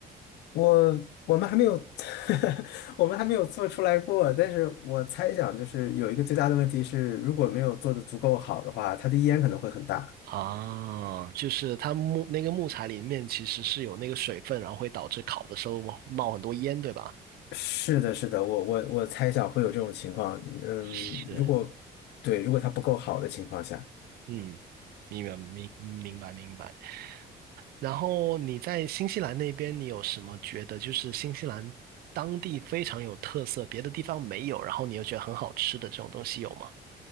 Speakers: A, on the left (about 80°); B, on the right (about 65°).
A: 我我们还没有，<laughs> 我们还没有做出来过，但是我猜想就是有一个最大的问题是，如果没有做的足够好的话，它的烟可能会很大。
B: 啊，就是它木那个木材里面其实是有那个水分，然后会导致烤的时候冒很多烟，对吧？
A: 是的，是的，我我我猜想会有这种情况。嗯，
B: 是，
A: 如果对，如果它不够好的情况下。
B: 嗯，明白明明白明白。然后你在新西兰那边，你有什么觉得就是新西兰当地非常有特色，别的地方没有，然后你又觉得很好吃的这种东西有吗？